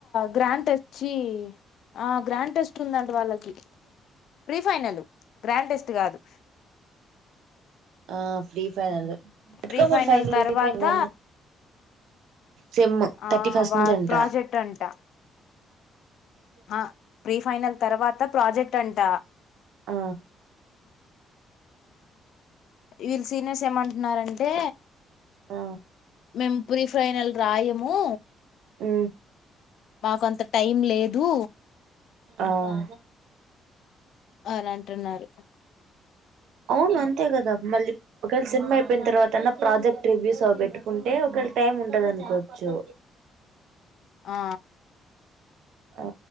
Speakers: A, on the left; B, on the right.
A: గ్రాంట్ వచ్చి ఆ గ్రాంట్ వచ్చ వాళ్ళకి ప్రీఫైనల్ గ్రాండ్ టెస్ట్ కాదు
B: ఆ ఫ్రీ ఫైనల్ ఇ
A: ప్రీ
B: మ
A: ఫైనల్
B: ఫైైనల్
A: తర్వాత
B: ఫ సెమ్
A: ఆ
B: థర్టీ ఫస్ట్
A: వా
B: నుంచింట
A: ప్రాజెక్ట్ అంట ఆ ప్రీఫైనల్ తర్వాత ప్రాజెక్ట్ అంట
B: ఆ
A: వీళ్ళ సీనియర్స్ ఏమంటున్నారంటే
B: ఆ
A: మేము ప్రీ ఫైనల్ రాయము
B: ఆ
A: మాకు అంత టైం లేదు
B: ఆ
A: అని అంటున్నారు
B: అవును అంతే కదా మళ్ళీ ఒకవేళ సినిమా అయిపోయిన తర్వాత అన్నా ప్రాజెక్ట్ రివ్యూస్ అ పెట్టుకుంటే ఒక టైమ్ ఉంటద అనికోవచ్చు
A: ఆ
B: ఆ